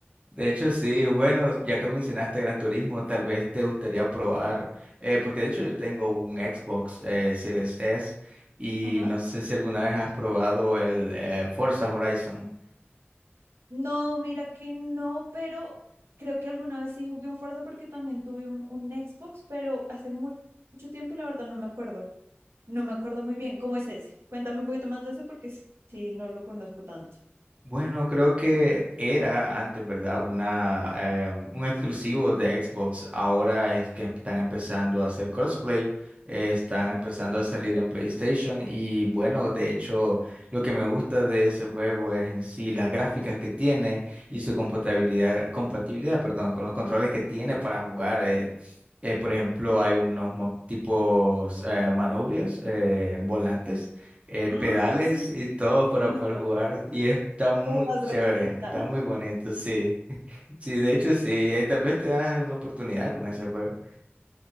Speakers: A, on the right (about 30°); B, on the right (about 80°).
A: De hecho, sí, bueno, ya que mencionaste Gran Turismo, tal vez te gustaría probar, eh, porque de hecho yo tengo un Xbox eh, Series S y
B: Ajá.
A: no sé si alguna vez has probado el eh, Forza Horizon.
B: No, mira que no, pero creo que alguna vez sí jugué un Forza porque también tuve un, un Xbox, pero hace muy, mucho tiempo y la verdad no me acuerdo. No me acuerdo muy bien. ¿Cómo es ese? Cuéntame un poquito más de ese porque sí, sí no lo conozco tanto.
A: Bueno, creo que era antes, ¿verdad? Una, em, un exclusivo de Xbox. Ahora es que están empezando a hacer crossplay, eh, están empezando
B: Oh,
A: a salir en PlayStation y bueno, de hecho, lo que me gusta de ese juego es en sí las gráficas que tiene y su compatibilidad, compatibilidad, perdón, con los controles que tiene para jugar. eh. Eh, por ejemplo, hay unos mo- tipos eh, manubrios, eh, volantes eh,
B: Ah,
A: pedales
B: sí.
A: y todo para
B: listo.
A: poder jugar. Y está muy
B: Como más
A: chévere,
B: realista.
A: está muy bonito, sí. Sí, de hecho, sí, eh, tal vez te das una oportunidad con ese juego.